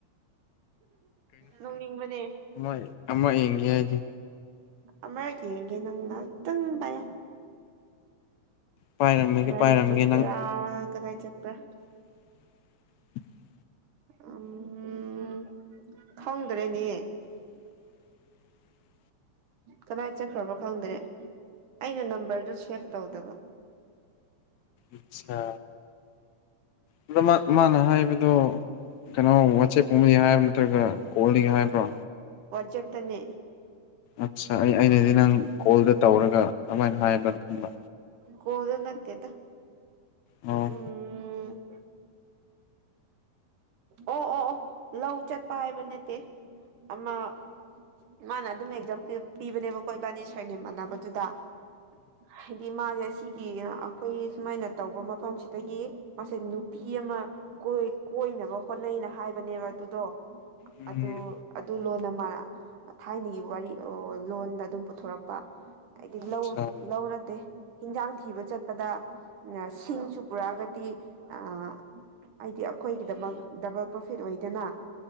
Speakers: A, on the right; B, on the left.
A: ꯅꯣꯡꯅꯤꯡꯕꯅꯦ
B: ꯃꯣꯢ ꯑꯃ ꯌꯦꯡꯒꯦ ꯍꯥꯏꯗꯦ
A: ꯑꯃꯒ ꯌꯦꯡꯒꯦ ꯅꯪ ꯉꯥꯇꯪ ꯄꯥꯏꯌꯣ
B: ꯄꯥꯏꯔꯝꯃꯒꯦ
A: ꯀꯅꯥꯏ
B: ꯄꯥꯏꯔꯝꯒꯦ
A: ꯆꯠꯄ꯭ꯔ
B: ꯅꯪ
A: ꯀꯗꯤꯏ ꯆꯠꯄ꯭ꯔꯥ
B: <inaudible>
A: ꯎꯝ ꯈꯪꯗ꯭ꯔꯗꯤ
B: <inaudible>
A: ꯀꯗꯥꯏ ꯆꯠꯈ꯭ꯔꯕ ꯈꯪꯗꯔꯦ ꯑꯩꯅ ꯅꯝꯕꯔꯗꯨ ꯁꯦꯚ ꯇꯧꯗꯕ
B: ꯑꯁꯥ ꯑꯗꯣ ꯃꯥ ꯃꯥꯅ ꯍꯥꯏꯕꯗꯣ ꯀꯩꯅꯣ ꯋꯥꯆꯦꯞꯒꯨꯝꯕꯩ ꯍꯥꯏꯕ ꯅꯠꯇ꯭ꯔꯒ ꯀꯣꯜꯗꯒꯤ ꯍꯥꯏꯕ꯭ꯔꯥ
A: ꯋꯥꯠꯆꯦꯞꯇꯅꯦ
B: ꯑꯠꯁꯥ ꯑꯩ ꯑꯩꯅꯗꯤ ꯅꯪ ꯀꯣꯜꯗ ꯇꯧꯔꯒ ꯑꯃꯥꯏꯅ ꯍꯥꯏꯕ꯭ꯔꯅ ꯈꯟꯕ
A: ꯀꯣꯜꯗ ꯅꯠꯇꯦꯗꯥ
B: ꯑꯣ
A: ꯎꯝ ꯑꯣ ꯑꯣ ꯑꯣ ꯂꯧ ꯆꯠꯄ ꯍꯥꯏꯕ ꯅꯠꯇꯦ ꯑꯃꯥ ꯃꯥꯅ ꯑꯗꯨꯝ ꯑꯦꯛꯖꯥꯝꯄꯜ ꯄꯤꯕꯅꯦꯕꯀꯣ ꯏꯕꯥꯅꯤ ꯁꯔꯅꯦꯝ ꯃꯥꯟꯅꯕꯗꯨꯗꯥ ꯍꯥꯏꯗꯤ ꯃꯥꯖꯦ ꯆꯤꯒꯤ ꯑꯈꯣꯏꯒꯤ ꯁꯨꯃꯥꯏꯅ ꯇꯧꯕ ꯃꯐꯝꯁꯤꯗꯒꯤ ꯃꯥꯁꯦ ꯅꯨꯄꯤ ꯑꯃ ꯀꯣꯏ ꯀꯣꯏꯅꯕ ꯍꯣꯠꯅꯩꯅ ꯍꯥꯏꯕꯅꯦꯕ ꯑꯗꯨꯗꯣ
B: ꯎꯝ
A: ꯑꯗꯣ ꯑꯗꯨ ꯂꯣꯟꯅ ꯃꯥꯅ ꯊꯥꯏꯅꯒꯤ ꯋꯥꯔꯤ ꯑꯣ ꯂꯣꯟꯗ ꯑꯗꯨꯝ ꯄꯨꯊꯣꯔꯛꯄ ꯑꯩꯗꯤ ꯂꯧ
B: ꯑꯆꯥ
A: ꯂꯧ ꯅꯠꯇꯦ ꯍꯤꯟꯖꯥꯡ ꯊꯤꯕ ꯆꯠꯄꯗꯥ ꯑ ꯁꯤꯡꯁꯨ ꯄꯨꯔꯛꯑꯒꯗꯤ ꯑꯥ ꯑꯩꯗꯤ ꯑꯈꯣꯏꯒꯤꯗꯃꯛ ꯗꯕꯜ ꯄ꯭ꯔꯣꯐꯤꯠ ꯑꯣꯏꯗꯅꯥ